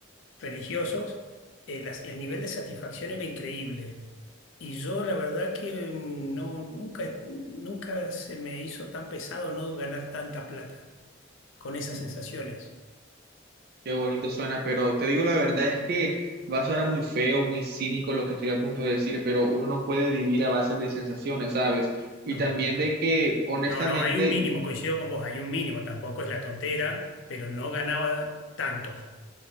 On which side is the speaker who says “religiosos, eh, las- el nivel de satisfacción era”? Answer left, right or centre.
Left